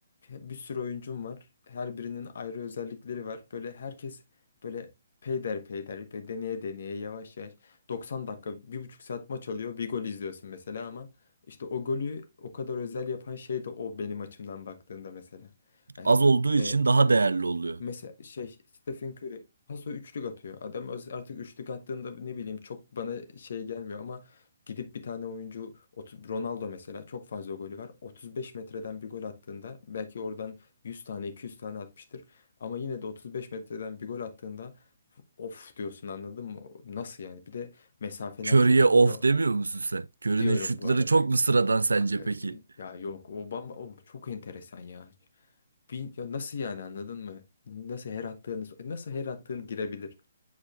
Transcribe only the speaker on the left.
Bir sürü oyuncum var. Her birinin ayrı özellikleri var. Böyle herkes böyle peyder peyder ve deneye deneye yavaş yavaş 90 dakika, bir buçuk saat maç oluyor. Bir gol izliyorsun mesela ama işte o golü o kadar özel yapan şey de o benim açımdan baktığında mesela. Yani
e,
Mesela şey Stephen Curry paso üçlük atıyor. Adam öz- artık üçlük attığında ne bileyim çok bana şey gelmiyor ama gidip bir tane oyuncu otu- Ronaldo mesela çok fazla golü var. 35 metreden bir gol attığında belki oradan 100 tane 200 tane atmıştır. Ama yine de 35 metreden bir gol attığında of diyorsun anladın mı? Nasıl yani? Bir de mesafeler
çok uzun
ya
diyorum
bu arada.
Hakikaten-
Ya yok o bamba o çok enteresan ya. Bin- ya nasıl yani anladın mı? Nasıl her attığınız nasıl her attığın girebilir?